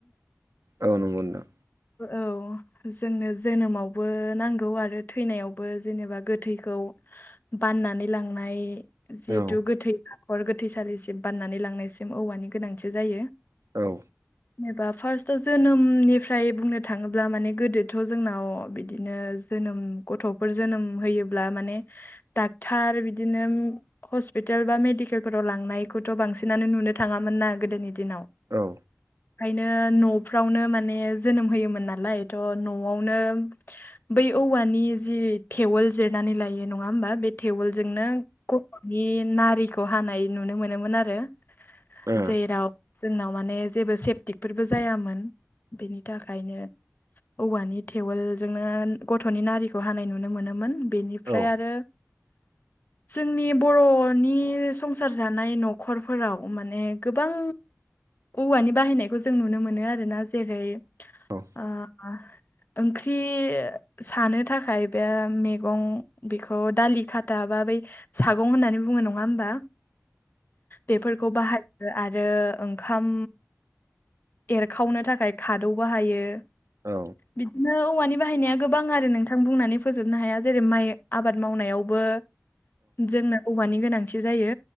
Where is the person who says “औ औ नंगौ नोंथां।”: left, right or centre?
Right